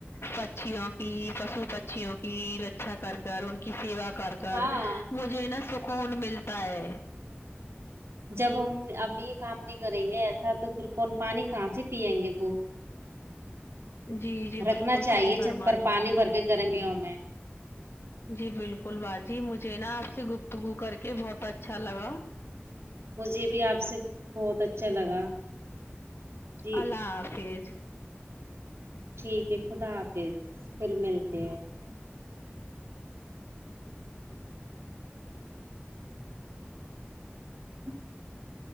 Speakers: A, on the left; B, on the right.
A: پچیوں کی پشو پچیوں کی رکچا کر کر ان کی سیوا کر کر
B: ہاں
A: مجھے نا سکون ملتا ہے
B: جب ہم اب یہ کام نہیں کریں گے ایسا تو پھر کون پانی کہاں سے پیئیں گے وہ
A: جی جی
B: رکھنا
A: بالکل
B: چاہیے
A: صحیح فرمائیں
B: چھت پر پانی بھر کے گرمیوں میں
A: جی بالکل باجی مجھے نا آپ سے گفتگو کر کے بہت اچھا لگا
B: مجھے بھی آپ سے بہت اچھا لگا جی
A: اللہ حافظ
B: ٹھیک ہے خدا حافظ پھر ملتے ہیں ہ <inaudible>